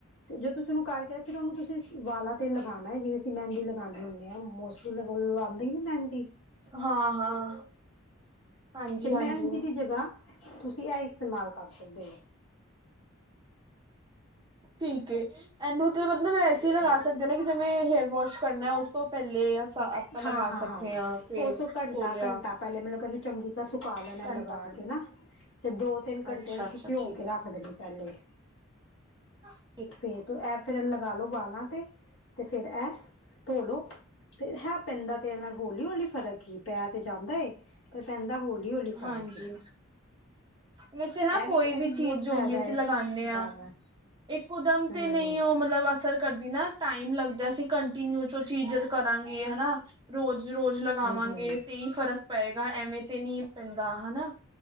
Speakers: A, on the left (about 70°); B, on the right (about 20°).
A: ਜਦੋਂ ਤੁਸੀੂੰ ਕਰਕੇ ਫਿਰ ਉਹਨੂੰ ਤੁਸੀਂ ਵਾਲਾ ਤੇ ਲਗਾਉਣਾ ਜਿਵੇਂ ਅਸੀਂ ਮਹਿੰਦੀ ਲਗਾਉਂਦੇ ਹੁੰਦੇ ਹਾਂ ਮੌੋਸ ਲਗਾਉਂਦੇ ਹੀ ਨਾ ਮਹਿੰਦੀ
B: ਹਾਂ ਹਾਂ ਹਾਂਜੀ
A: ਤੇ ਮਹਿੰਦੀ
B: ਹਾਂਜੀ
A: ਦੀ ਜਗ੍ਹਾ ਤੁਸੀਂ ਇਹ ਇਸਤੇਮਾਲ ਕਰ ਸਕਦੇ ਹੋ
B: ਠੀਕ ਇਹਨੂੰ ਤੇ ਮਤਲਬ ਐਸੀੇ ਲਗਾ
A: ਹਾਂ।
B: ਸਕਦੇ ਨੇ ਕਿ ਜਿਵੇਂ ਮੈਂ ਹੇਅਰ ਵਾਸ਼ ਕਰਨਾ ਉਸ ਤੋਂ ਪਹਿਲੇ ਆਪਾਂ ਲਗਾ
A: ਹਾਂ ਹਾਂ
B: ਸਕਦੇ
A: ਹਾਂ
B: ਫੇਰ
A: ਉਸ ਤੋਂ ਘੰਟਾ
B: ਧੋ ਲਿਆ
A: ਘੰਟਾ ਪਹਿਲੇ ਮੇਨੂੰ ਕਹਿੰਦੇ ਚੰਗੀ ਸੁਕਾ ਲੈਣਾ
B: ਘੰਟਾ
A: ਲਗਾ
B: ਪਹਿਲੇ
A: ਕੇ ਨਾ ਤੇ ਦੋ ਤਿੰਨ ਘੰਟੇ
B: ਅੱਛਾ
A: ਨੂੰ ਕਿ
B: ਅੱਛਾ
A: ਭਿਉ
B: ਠੀਕ
A: ਕੇ ਰੱਖ ਦੇਣੀ ਪਹਿਲੇ
B: ਹਾਂ
A: ਫੇਰ ਇਹ ਫੇਿਰ ਲਗਾ ਲੋ ਬਾਲਾਂ ਤੇ ਤੇ ਫਿਰ ਇਹ ਧੋਲੋ ਤੇ ਹੈ ਪੈਂਦਾ ਤੇਰੇ ਨਾਲ ਹੌਲੀ ਹੌਲੀ ਫਰਕ ਹੀ ਪੈ ਤੇ ਜਾਂਦਾ ਏ ਪਰ ਪੈਂਦਾ ਹੌਲੀ ਹੌਲੀ
B: ਹਾਂਜੀ
A: ਫ਼ਰਕ ਏ
B: ਵੈਸੇ ਨਾ
A: ਇਹ
B: ਕੋਈ
A: ਇਹ
B: ਵੀ ਚੀਜ਼
A: ਬਹੁਤ
B: ਜੋ
A: ਫ਼ਾਇਦਾ
B: ਹੁੰਦੀ ਅਸੀਂ
A: ਏ
B: ਲਗਾਉਂਦੇ
A: ਵਾਲਾਂ
B: ਹਾਂ ਇੱਕ ਇਕਦਮ
A: ਹੂੰ
B: ਤੇ
A: ਹੂੰ
B: ਨਹੀਂ ਉਹ ਮਤਲਬ ਅਸਰ ਕਰਦੀ ਨਾ ਟਾਈਮ ਲੱਗਦਾ ਸੀ ਕੰਟੀਨਿਊ ਚ ਉਹ ਚ ਇੱਜ਼ਤ ਕਰਾਂ ਹਨਾ ਰੋਜ਼ ਰੋਜ਼ ਲਗਾਵਾਂਗੇ
A: ਹੂੰ
B: ਤੇਈ ਫਰਕ ਪਏਗਾ ਐਵੇਂ ਤੇ ਨਹੀਂੀ ਪੈਂਦਾ ਹਨਾ